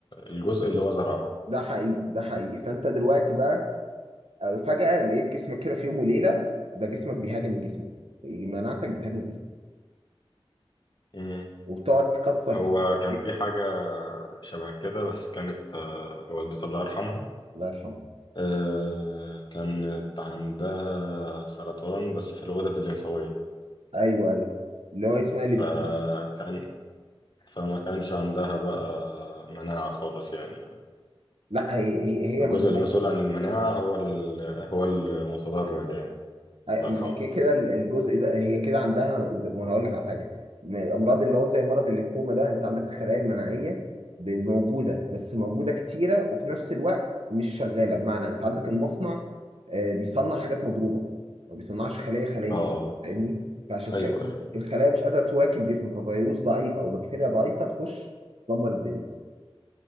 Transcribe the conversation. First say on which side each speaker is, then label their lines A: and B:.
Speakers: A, on the left; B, on the right.
A: الجزء اللي هو زرعه
B: ده حقيقي ده حقيقي فانت دلوقتي بقى آه، فجأة لقيت جسمك كده في يوم وليلة ده جسمك بيهاجم جسمك مناعتك بتهاجم جسمك
A: مم.
B: وبتقعد تكسر
A: هو
B: فيه
A: كان في حاجة شبه كده بس كانت آه، لوالدتي الله يرحمها
B: الله يرحمه
A: آه، كانت عندها سرطان بس في الغدد الليمفاوية
B: ايوه ايوه اللي هو اسمها
A: فكان
B: اللي
A: فما كانش عندها بقى مناعة خالص يعني
B: لا هي هي,
A: الجزء
B: هي ما
A: المسؤول عن المناعة هو ال... هو المتضرر يعني
B: أي-
A: الله
B: ما
A: يرحمه
B: هو كده كده ال- الجزء ده هي كده عندها ز- ما انا اقول لك على حاجه م- امراض اللي هو زي مرض الليمفوما ده انت عندك الخلايا المناعيه ب- موجوده بس موجوده كتيره وفي نفس الوقت مش شغاله بمعنى انت عندك المصنع آه، بيصنع حاجات مضروبه ما بيصنعش خليه خليه
A: اه اه
B: فاهمني فعشان
A: ايوه
B: كده
A: ايوه
B: الخلايا مش قادره تواكب جسمك ففيروس ضعيف او بكتيريا ضعيفه تخش تدمر الدنيا